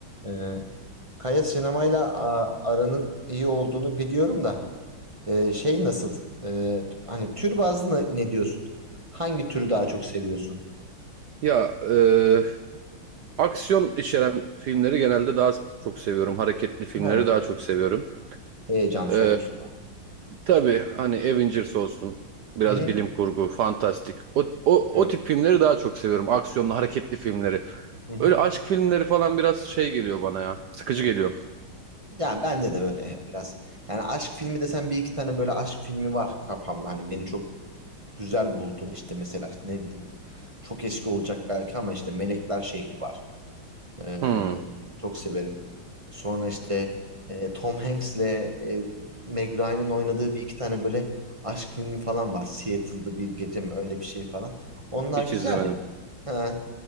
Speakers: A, on the right; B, on the right.
A: Ee, Kaya sinemayla a, aranın iyi olduğunu biliyorum da e, şey nasıl? E, hani tür bazlı ne, ne diyorsun? Hangi türü daha çok seviyorsun?
B: Ya e, aksiyon içeren filmleri genelde daha çok seviyorum. Hareketli filmleri
A: Ha,
B: daha çok seviyorum.
A: heyecan, soluk
B: E,
A: soluğa.
B: tabii hani Avengers olsun, biraz
A: Hı hı.
B: bilim kurgu, fantastik. O, o,
A: Evet.
B: o tip filmleri daha çok seviyorum. Aksiyonlu, hareketli filmleri.
A: Hı hı.
B: Öyle aşk filmleri falan biraz şey geliyor bana ya. Sıkıcı geliyor.
A: Ya bende de böyle biraz. Yani aşk filmi desen bir iki tane böyle aşk filmi var kafamda. Hani beni çok güzel buldum işte mesela işte ne bileyim. Çok eski olacak belki ama işte Melekler Şehri var. Ee,
B: Hmm,
A: çok severim. Sonra işte e, Tom Hanks'le e, Meg Ryan'ın oynadığı bir iki tane böyle aşk filmi falan var. Seattle'da bir gece mi öyle bir şey falan. Onlar
B: hiç
A: güzel
B: izlemedim.
A: de. Ha.